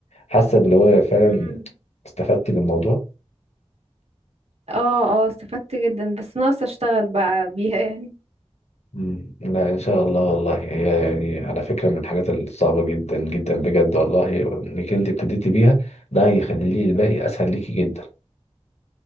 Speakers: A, on the left; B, on the right.
A: حاسه اللي هو فعلا
B: مم.
A: استفدتي من الموضوع
B: اه اه استفدت جدا بس ناقص اشتغل بقى بيها يعني
A: مم. لا ان شاء الله والله هي يعني على فكره من الحاجات الصعبه جدا جدا بجد والله انك انت ابتديتي بيها ده هيخلي لي الباقي اسهل ليكي جدا